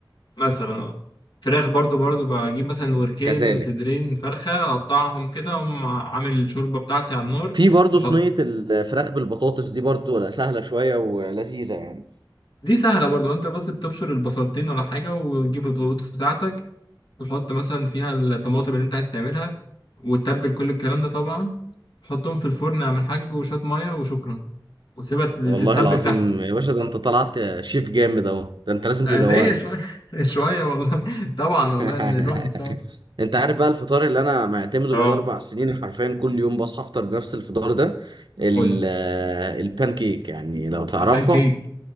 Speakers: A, on the left (about 65°); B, on the right (about 70°).
A: مثلا اه فراخ برضو برضو بجيب مثلا وركين
B: كذلك
A: صدرين فرخة اقطعهم كده اقوم عامل الشوربة بتاعتي على النار
B: في برضو
A: أح-
B: صينيه الفراخ بالبطاطس دي برضو ولا سهله شويه ولذيذه يعني
A: دي سهلة برضو انت بس بتبشر البصلتين ولا حاجة وتجيب البطاطس بتاعتك وتحط مثلا فيها الطماطم اللي انت عايز تعملها وتتبل كل الكلام ده طبعا تحطهم في الفرن اعمل حاج وشوية مية وشكرا وسيبها
B: والله
A: تتسبك
B: العظيم
A: تحت
B: يا باشا ده انت طلعت شيف جامد اهو ده انت لازم
A: آه،
B: تدوقني
A: ليه شوية <laughs> شوية والله <laughs> طبعا والله
B: <laughs>
A: نروح نسوا
B: انت عارف بقى الفطار اللي انا معتمده
A: اه
B: بقى اربع سنين حرفيا كل يوم بصحى افطر نفس الفطار ده ال-
A: قولي
B: آه، البان كيك يعني لو تعرفها
A: بان كيك